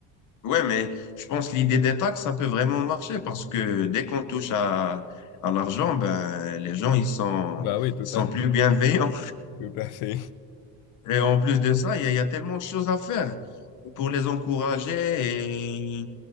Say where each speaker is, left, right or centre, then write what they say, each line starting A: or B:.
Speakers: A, on the left (about 50°); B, on the left (about 75°).
A: Ouais, mais je pense que l'idée des taxes, ça peut vraiment marcher parce que dès qu'on touche à, à l'argent, ben, les gens, ils sont,
B: Bah oui, tout
A: ils sont
B: à, <laughs>
A: plus bienveillants.
B: tout à fait.
A: <laughs> Et en plus de ça, il y a, il y a tellement de choses à faire pour les encourager. Et,